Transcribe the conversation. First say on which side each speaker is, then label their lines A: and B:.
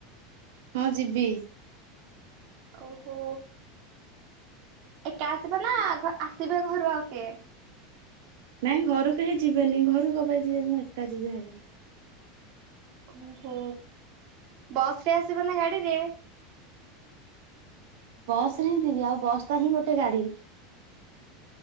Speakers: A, on the right (about 70°); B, on the right (about 40°).
A: ହଁ ଯିବି।
B: ଓହୋ। ଏକା ଆସିବ ନା ଆସିବେ ଘରୁ ଆଉ କିଏ?
A: ନାଇଁ ଘରୁ କେହି ଯିବେନି ଘରୁ କ ପାଇଁ ଯିବେ ମୁଁ ଏକା ଯିବି ହାର।
B: ଓହୋ ବସ ରେ ଆସିବ ନା ଗାଡିରେ।
A: ବସ ରେ ହିଁ ଯଥିବି ଆଉ ବସ୍ଟା ହିଁ ଗୋଟେ ଗାଡି।